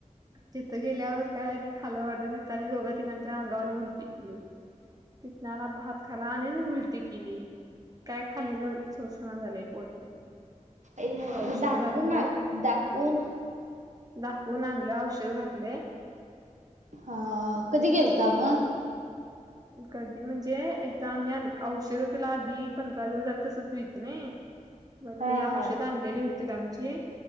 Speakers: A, on the right (about 30°); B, on the right (about 70°).
A: तिथं गेल्यावर काय आणि खालं वाडत तिथं आणि दोघा तिघांच्या अंगावरने उलटी केली. तिथनं आला भात खाला आणि उलटी केली. काय खालीला सोषणा झालेय पोटात.
B: अय्यो,
A: औषध
B: म दाखवून,
A: घातलंय
B: दाखवून.
A: दाखवून आणलं औषध घातलंय
B: हा, कधी गेलता मग?
A: कधी म्हणजे एकदा आम्ही आम औषध तेला आधी पंधरा दिवस झालं तसच व्हीट नाही मग
B: हा
A: ते औषध
B: हा
A: आण लेली होती आमची